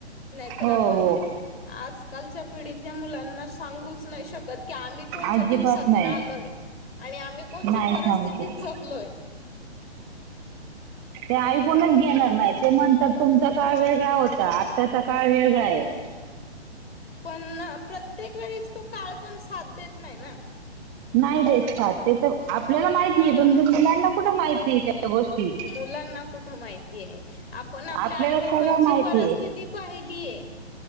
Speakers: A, on the left; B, on the right.
A: नाहीतर
B: हो
A: आपण
B: हो
A: आजकालच्या पिढीतल्या मुलांना सांगूच नाही शकत. की आम्ही कोणच्या
B: अजिबात
A: दिवसातून
B: नाही
A: आलोय आणि आम्ही कोणच्या
B: नाही
A: परिस्थितीत
B: सांगू शकत.
A: जगलोय.
B: ते ऐकूनच घेणार नाही. ते म्हणतात तुमचा काळ वेगळा होता. आत्ताचा काळ वेगळा आहे.
A: पण प्रत्येक वेळेस तो काळ पण साथ देत नाही ना.
B: नाही देत साथ ते तर आपल्याला माहितीय
A: हा
B: पण ते मुलांना कुठं माहितीय त्या गोष्टी
A: मुलांना कुठं माहितीय. आपण आपल्या
B: आपल्याला
A: आई- बापांची
B: सगळं माहितीये
A: परिस्थिती पाहिलीय.